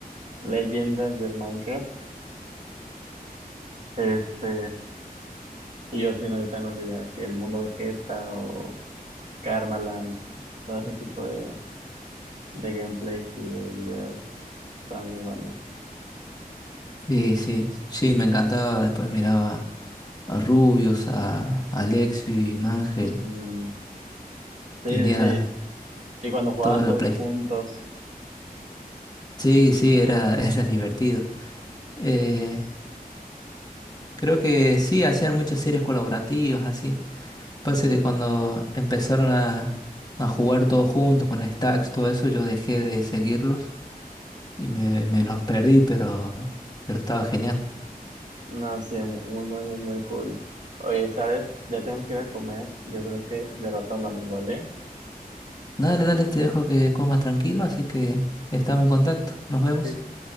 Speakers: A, on the right (about 55°); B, on the left (about 25°).
A: leyendas del Minecraft. Este, y yo sí, no, yo también los veía, que el mundo Vegeta o Karmaland, todo ese tipo de, de gameplays y de videos, están muy buenos.
B: Sí, sí, sí, me encantaba. Después miraba a Rubius, a, a Lexi, Mangel.
A: Ujú. Sí,
B: Tenía.
A: sí, Y cuando jugaban
B: Toda la
A: todos
B: Playstation.
A: juntos,
B: Sí, sí, era, <laughs> era divertido. Eh, creo que sí, hacían muchas series colaborativas, así. Pasa que cuando empezaron a, a jugar todos juntos con Stacks, todo eso, yo dejé de seguirlos y me, me los perdí, pero, pero estaba genial.
A: no, sí, muy, muy, muy, muy cool. Oye, ¿sabes? Ya tengo que ir a comer. Yo creo que de rato hablamos, ¿vale?
B: Dale, dale, te dejo que comas tranquilo, así que estamos en contacto. Nos vemos.
A: Sí,